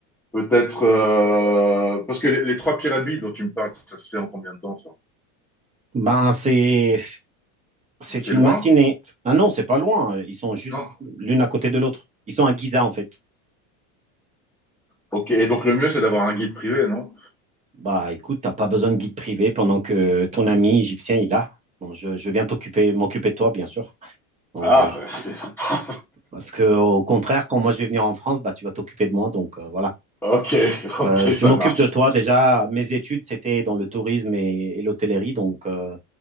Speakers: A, in the centre; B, on the right.
A: Peut-être. euh, parce que les, les trois pyramides dont tu me parles, ça se fait en combien de temps, ça?
B: Ben, c'est c'est
A: C'est
B: une
A: loin?
B: matinée. Ah non, c'est pas loin. Ils sont juste
A: Non.
B: l'une à côté de l'autre. Ils sont à Giza, en fait.
A: Ok, et donc le mieux, c'est d'avoir un guide privé, non?
B: Bah, écoute, t'as pas besoin de guide privé pendant que ton ami égyptien il a. Bon, je, je vais bien t'occuper, m'occuper de toi, bien sûr. Bon,
A: Ah,
B: je-
A: bah, <laughs> c'est sympa.
B: parce que au contraire, quand moi je vais venir en France, bah, tu vas t'occuper de moi. Donc euh, voilà.
A: Ok, ok,
B: Euh, je
A: ça
B: m'occupe
A: marche.
B: de toi. Déjà, mes études, c'était dans le tourisme et, et l'hôtellerie. Donc, euh,